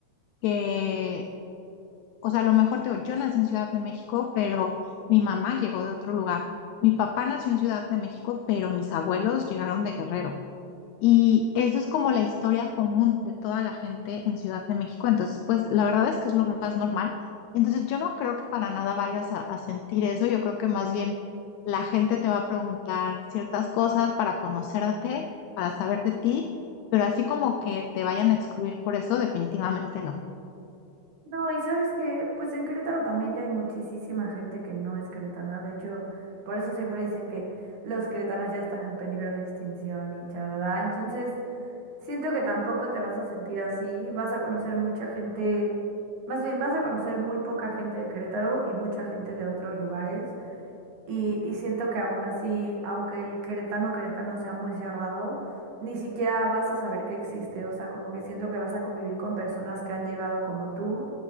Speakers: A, on the left; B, on the right.
A: que, o sea, a lo mejor te digo, yo nací en Ciudad de México, pero mi mamá llegó de otro lugar. Mi papá nació en Ciudad de México, pero mis abuelos llegaron de Guerrero. Y eso es como la historia común de toda la gente en Ciudad de México. Entonces, pues la verdad es que es lo más normal. Entonces, yo no creo que para nada vayas a, a sentir eso. Yo creo que más bien la gente te va a preguntar ciertas cosas para conocerte, para saber de ti, pero así como que te vayan a excluir por eso, definitivamente no.
B: No, y sabes qué, pues en Querétaro también ya hay muchísima gente que no es queretana, de hecho, por eso siempre dicen que los queretanos ya están en peligro de extinción y chalada, entonces siento que tampoco te vas a sentir así, vas a conocer mucha gente, más bien vas a conocer muy poca gente de Querétaro y mucha gente de otros lugares. Y, y siento que aún así, aunque el queretano queretano sea muy cerrado, ni siquiera vas a saber que existe. O sea, como que siento que vas a convivir con personas que han llegado como tú